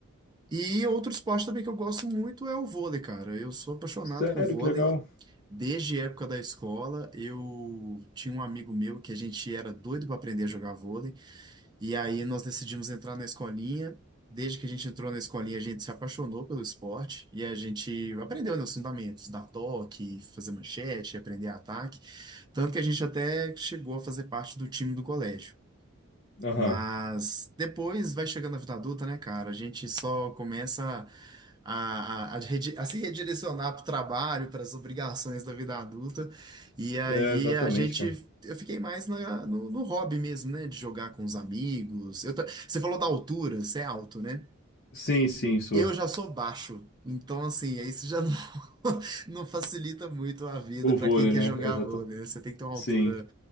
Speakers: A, on the right; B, on the left.
A: E outro esporte também que eu gosto muito é o vôlei, cara. Eu sou apaixonado
B: Sério,
A: com vôlei.
B: que legal.
A: Desde a época da escola, eu tinha um amigo meu que a gente era doido para aprender a jogar vôlei. E aí nós decidimos entrar na escolinha. Desde que a gente entrou na escolinha, a gente se apaixonou pelo esporte e a gente aprendeu, né, os fundamentos, dar toque, fazer manchete, aprender ataque. Tanto que a gente até chegou a fazer parte do time do colégio.
B: Aham.
A: Mas depois vai chegando a vida adulta, né, cara? A gente só começa a, a, a redi- a se redirecionar para o trabalho, para as obrigações da vida adulta. E aí
B: É, exatamente,
A: a gente.
B: cara.
A: Eu fiquei mais na- no, no hobby mesmo, né? De jogar com os amigos. Eu ta- você falou da altura, você é alto, né?
B: Sim, sim, sou.
A: Eu já sou baixo, então assim, aí isso já não, <laughs> não facilita muito a vida
B: O
A: para
B: vôlei,
A: quem quer
B: né?
A: jogar
B: Exato.
A: vôlei, né? Você tem que ter uma
B: Sim,
A: altura